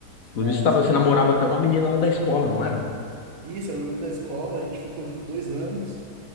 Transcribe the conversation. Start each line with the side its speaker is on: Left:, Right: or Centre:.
Left: Inclusive,
Right: faz,
Left: você, tava,
Right: cara.
Left: você namorava até uma menina lá da escola, não era?
Right: Isso, eu lembro da escola, a gente ficou junto dois anos.